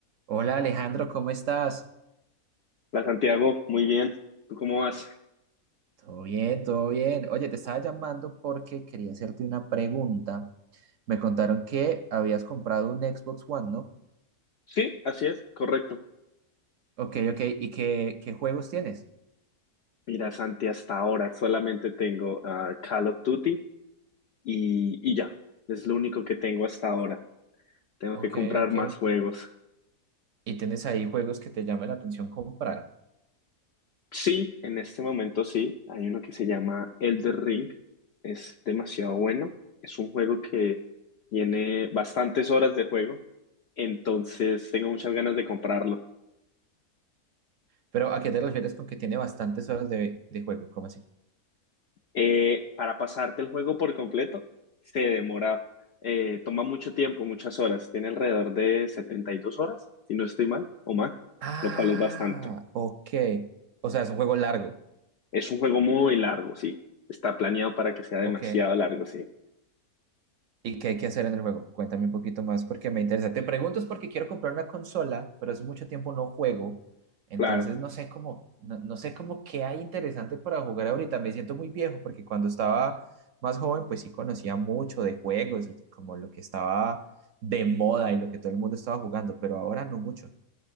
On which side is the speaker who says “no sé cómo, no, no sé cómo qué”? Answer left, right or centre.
Right